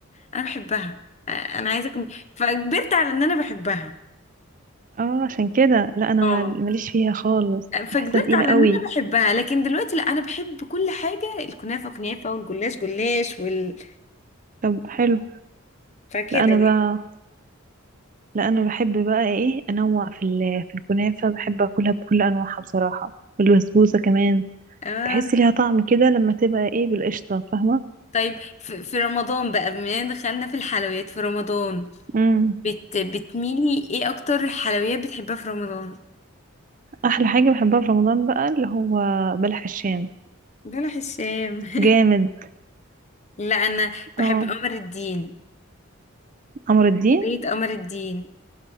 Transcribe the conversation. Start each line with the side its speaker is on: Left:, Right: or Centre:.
Left: انا بحبها آه، انا عايزه أكمل. فكبرت على ان انا بحبها
Right: اه عشان كده لا انا
Left: اه
Right: مال- ماليش فيها خالص
Left: فكبرت
Right: بحسها تقيلة
Left: على
Right: قوي
Left: ان انا بحبها لكن دلوقتي لا انا بحب كل حاجه الكنافه كنافه والجلاش جلاش وال
Right: طب حلو
Left: فكده
Right: لا انا
Left: يعني.
Right: بقى لا انا بحب بقى ايه انوع في ال... في الكنافة بحب اكلها بكل انواعها بصراحة والبسبوسة كمان
Left: اه
Right: بحس ليها طعم كده لما تبقى ايه بالقشطة فاهمة
Left: طيب في في رمضان بقى بما ان دخلنا في الحلويات في رمضان
Right: امم
Left: بت بتميلي ايه اكتر حلويات بتحبها في رمضان
Right: احلى حاجة بحبها في رمضان بقى اللي هو بلح الشام
Left: بلح الشام <laughs>
Right: جامد
Left: لا انا بحب
Right: اه
Left: قمر الدين
Right: عمر الدين
Left: بيت قمر الدين